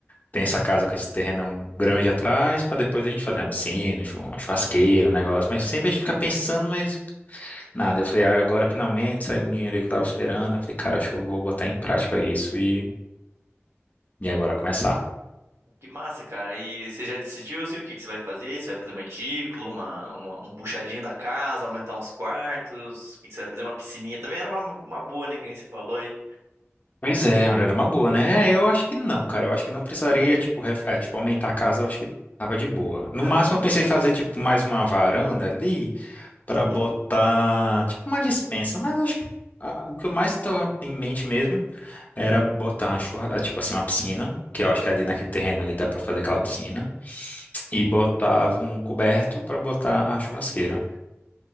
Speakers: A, on the left; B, on the right.
A: tem essa casa com esse terrenão grande atrás, pra depois a gente fazer uma piscina, chu- uma churrasqueira, um negócio, mas sempre
B: Aham.
A: a gente fica pensando, mas. Nada, eu falei, ah, agora finalmente saiu um dinheiro aí que eu tava esperando. Eu falei, cara, acho que eu vou botar em prática isso e, e agora começar.
B: Que massa, cara. E você já decidiu, assim, o que que você vai fazer? Você vai fazer uma edícula, uma, uma- um puxadinho da casa, aumentar uns quartos? O que que você vai fazer? Uma piscininha também era uma, uma boa, né? Que nem você falou aí.
A: Pois é, olha, era uma boa, né? É, eu acho que não, cara. Eu acho que não precisaria, tipo, ref- é, tipo, aumentar a casa, eu acho que tava de boa. No
B: Aham.
A: máximo, eu pensei em fazer, tipo, mais uma varanda ali pra
B: Uhum.
A: botar, tipo, uma despensa, mas eu acho que ah, o que eu mais tava em mente mesmo era botar, uma churra- ah, tipo assim, uma piscina, que eu acho que ali
B: Uhum.
A: naquele terreno ali dá pra fazer aquela piscina, e botava um coberto pra botar a churrasqueira.